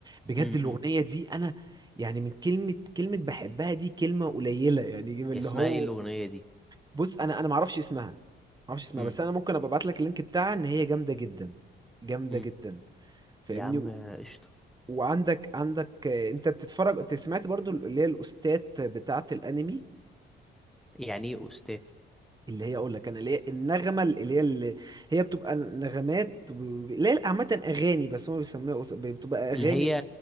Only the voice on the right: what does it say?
بجد
الاغنيه
دي انا يعني من كلمه كلمه بحبها دي كلمه قليله يعني اللي
هو
بص انا انا ما اعرفش اسمها ما اعرفش اسمها
بس انا ممكن ابقى ابعت لك اللينك بتاعها ان هي جامده جدا جامده
جدا فاهمني
و-
وعندك عندك آه، انت بتتفرج انت سمعت برضو اللي هي الاستاذ بتاعه الانمي
اللي هي اقول لك انا اللي هي النغمه اللي هي اللي هي بتبقى نغمات وب- اللي هي عامه اغاني بس هم بيسموها أس- بتبقى اغاني